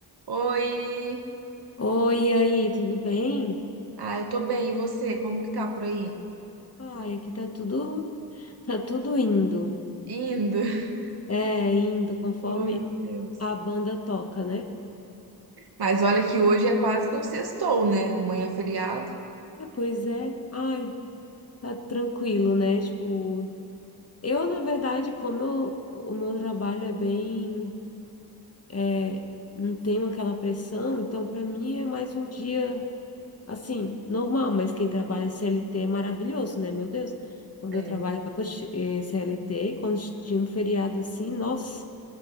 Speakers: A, on the right; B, on the left.
A: Oi!
B: Oi, e aí, tudo bem?
A: Ah, eu tô bem, e você? Como que tá por aí?
B: Ai, aqui tá tudo, tá tudo indo.
A: Indo? <laughs>
B: É, indo conforme
A: Oh, meu Deus.
B: a banda toca, né?
A: Mas olha que hoje é quase que um sextou, né? Amanhã é feriado.
B: É, pois é. Ai, tá tranquilo, né? Tipo, eu, na verdade, como eu- o meu trabalho é bem, é, não tenho aquela pressão, então pra mim é mais um dia, assim, normal, mas quem trabalha CLT é maravilhoso, né? Meu Deus, quando
A: É.
B: eu trabalhava, eh, CLT, quando tinha um feriado assim, nossa.